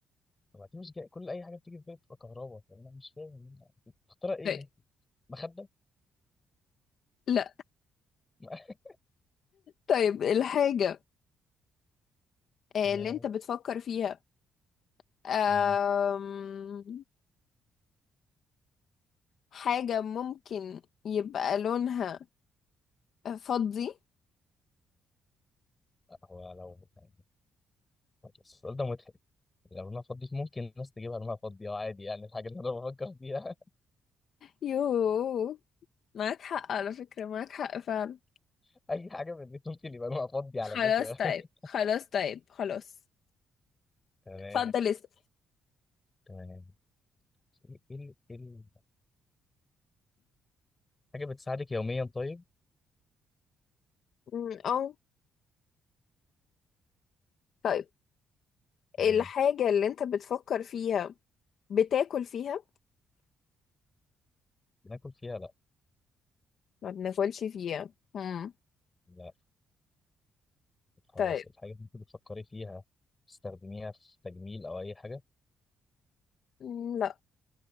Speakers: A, on the left; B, on the left.
A: وبعدين مش جاي كل اي حاجه بتيجي في بالي بتبقى كهرباء انا مش فاهم اخترع ايه
B: طيب.
A: هنا مخده
B: لا
A: <laughs>
B: طيب الحاجة آه،
A: تمام
B: اللي انت بتفكر فيها آم،
A: مم.
B: حاجة ممكن يبقى لونها فضي
A: لا، هو لو يعني السؤال ده مضحك لو انا فاضي ممكن الناس تجيبها لونها فاضي اه عادي يعني الحاجه اللي انا بفكر فيها
B: يوه معاك حق على فكرة معاك حق فعلا
A: <laughs> اي حاجه في البيت ممكن يبقى لونها فاضي على
B: خلاص
A: فكره
B: طيب
A: <laughs>
B: خلاص طيب خلاص
A: تمام
B: اتفضل اسأل
A: تمام ايه إيه ال... إيه ال... حاجة بتساعدك يوميا طيب؟
B: أمم، اه طيب
A: تمام
B: الحاجة اللي انت بتفكر فيها بتاكل فيها
A: بناكل فيها لا
B: ما بناكلش فيها امم
A: لا خلاص
B: طيب
A: الحاجة اللي انت بتفكري فيها بتستخدميها في تجميل أو أي حاجة؟
B: أمم،